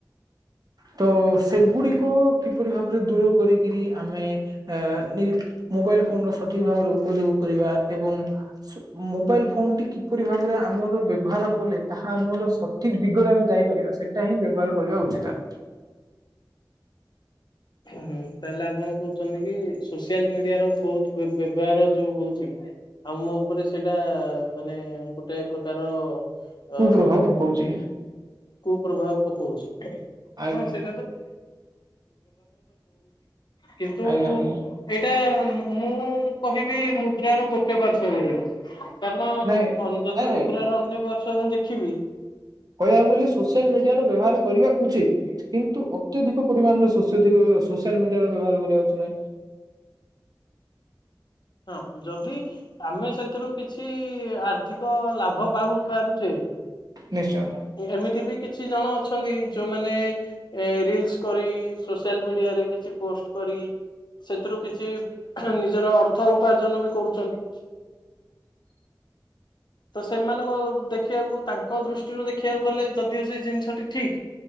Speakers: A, on the right (about 55°); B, on the left (about 65°).
A: ତ ସେଗୁଡିକ କିପରି ଭାବରେ ଦୂର କରିକିରି ଆମେ ଏ ନି ମୋବାଇଲ ଫୋନର ସଠିକ ଭାବରେ ଉପଯୋଗ କରିବା ଏବଂ ସୁ ମୋବାଇଲ ଫୋନ୍ ଟି କିପରି ଭାବରେ ଆମର ବ୍ୟବହାର କଲେ, ତାହା ଆମର ସ ସଠିକ ଦିଗରେ ଆମେ ଯାଇପାରିବା, ସେଇଟା ହିଁ ବ୍ୟବହାର କରିବା ଉଚିତ ଆମେ।
B: ହୁଁ ତାହେଲେ ଆପଣ କହୁଛନ୍ତି କି, ସୋସିଆଲ ମିଡିଆ ର ବହୁତ ବ୍ୟବ ବ୍ୟବହାର ଯୋଉ ହଉଛି, ଆମ ଉପରେ ସେଇଟା ମାନେ ଗୋଟେ ପ୍ରକାର
A: କୁପ୍ରଭାବ
B: ଆଉ।
A: ପକଉଛି।
B: କୁପ୍ରଭାବ ପକଉଛି।
A: ଆଜ୍ଞା
B: ପଡୁଛି କିନ୍ତୁ
A: ଆଜ୍ଞା ଆଜ୍ଞା
B: ଏଇଟା ମୁଁ କହିବି ମୁଦ୍ରାର ଗୋଟେ ପାର୍ଶ୍ୱ ଭଳିଆ କାରଣ
A: ନାଇଁ
B: ଯଦି
A: ନାଇଁ ଭାଇ
B: ମୁଦ୍ରାର ଅନ୍ୟ ପାର୍ଶ୍ଵ ମୁଁ ଦେଖିବି
A: କହିବାକୁ ଗଲେ ସୋସିଆଲ ମିଡିଆର ବ୍ୟବହାର କରିବା ଉଚିତ। କିନ୍ତୁ ଅତ୍ୟଧିକ ପରିମାଣରେ ସୋସି <unintelligible> ସୋସିଆଲ ମିଡିଆର ବ୍ୟବହାର କରିବା ଉଚିତ୍ ନୁହେଁ।
B: ହଁ ଯଦି ଆମେ ସେଥିରୁ, କିଛି ଆର୍ଥିକ ଲାଭ ପାଉ ପାରୁଛେ
A: ନିଶ୍ଚୟ
B: ଏମିତି ବି କିଛି ଜଣ ଅଛନ୍ତି ଯୋଉମାନେ ରିଲସ କରି, ସୋସିଆଲ ମିଡିଆରେ କିଛି ପୋଷ୍ଟ କରି ସେଥିରୁ କିଛି ନିଜର ଅର୍ଥ ଉପାର୍ଜନ ବି କରୁଛନ୍ତି। ତ ସେମାନଙ୍କ ଦେଖିଆକୁ, ତାଙ୍କ ଦୃଷ୍ଟିରୁ ଦେଖିଆକୁ ଗଲେ ଯଦିଓ ସେ ଜିନିଷଟି ଠିକ